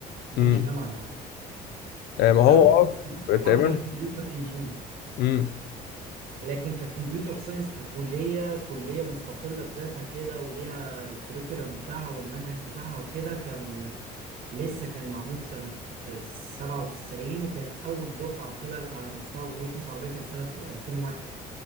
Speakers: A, on the right; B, on the left.
A: ما
B: امم
A: كانش جامعه لوحده.
B: آه، ما
A: او
B: هو اه
A: كان
B: تقريبا
A: او كان كمبيوتر انجينير
B: امم
A: لكن ككمبيوتر ساينس ككليه كليه مستقله بذاتها كده وليها الكريكولم بتاعها والمنهج بتاعها وكده كان لسه كان معمول سنه 97 وكانت اول دفعه طلعت على مستوى جمهوريه مصر العربيه كان سنه 2001